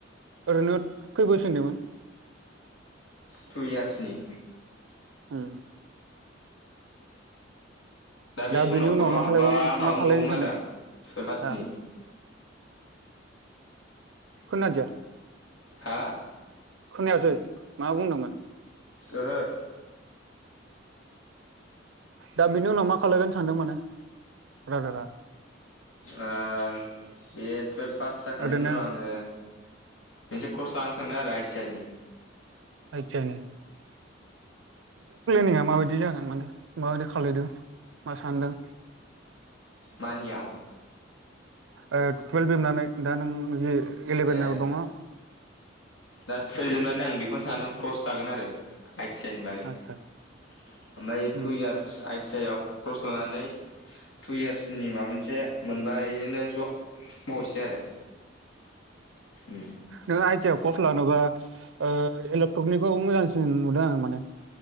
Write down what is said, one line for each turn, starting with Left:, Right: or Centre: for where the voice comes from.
Right: ओरैनो खै बोसोरनि मोन
Left: टु इयार्सनि
Right: उम
Left: दा बे सनापुराव
Right: बेनि उनाव मा
Left: हाबबा
Right: खालायबाव
Left: माबा
Right: मा खालायनो
Left: नुबावगोमोन
Right: सानदों
Left: आरो आं टुवेल्भ पासनि
Right: हा खोनादिया
Left: हा
Right: खोनायासै मा बुंदोंमोन
Left: ओहो
Right: दा बेनि उनाव मा खालायगोन सानदों माने ब्रादारा
Left: आरो बे टुवेल्भ पास जाखांनायनि
Right: ओरैनो
Left: उनाव आङो मोनसे क्रस लानो सानदों आरो आइ टि आइ नि
Right: आइ टि आइ नि <unintelligible> माबायदि जागोन माने माबायदि खालायदों माबादि सानदों
Left: मानियाव
Right: ओ टुयेल्भ जोबनानै दा नों जे इलेभेनाव
Left: ए
Right: दङ
Left: दा टुवेल्भ जोबनानै आं बेखौनो सानदों क्रस लागोन आरो आयनि बागै
Right: आदसा
Left: ओमफ्राय
Right: उम
Left: टु इयार्स आइ आइटि आइ आव‌ कर्स लानानै टु इयार्सनि माबा मोनसे मोनबा बेजोंनो जब मावनोसै आरो उम
Right: नों आइ टि आइ आव कर्स लानोबा ओ इलेक्ट्रनिकखौ मोजांसिन नुदों आं माने